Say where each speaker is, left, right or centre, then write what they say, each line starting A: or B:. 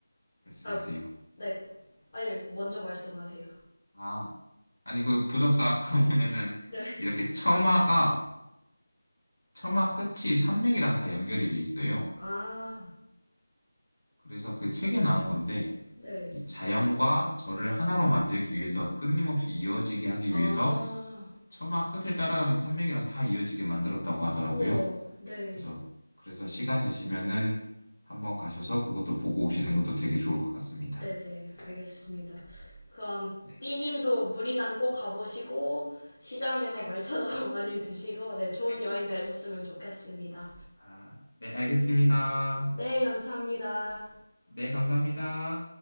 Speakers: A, on the left; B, on the left.
A: 말씀하세요.
B: 아, 네. 아니, 먼저 말씀하세요.
A: 아, 아니 그 부석사 아까 <laughs> 보면은
B: 네.
A: 이렇게 처마가 처마 끝이 산맥이랑 다 연결이 돼 있어요.
B: 아,
A: 그래서 그 책에 나온 건데
B: 네.
A: 이 자연과 저를 하나로 만들기 위해서 끊임없이 이어지게 하기
B: 아,
A: 위해서 처마 끝을 따라가면 산맥이랑 다 이어지게 만들었다고 하더라고요.
B: 우와, 네.
A: 그래서 그래서 시간 되시면은 한번 가셔서 그것도 보고 오시는 것도 되게 좋을 것 같습니다.
B: 네네, 알겠습니다. 그럼
A: 네.
B: B님도 무리난 꼭 가보시고, 시장에서
A: 네.
B: 말차도 <laughs> 많이 드시고, 네, 좋은
A: 네.
B: 여행 되셨으면 좋겠습니다.
A: 아, 네, 알겠습니다.
B: 네, 감사합니다.
A: 네, 감사합니다.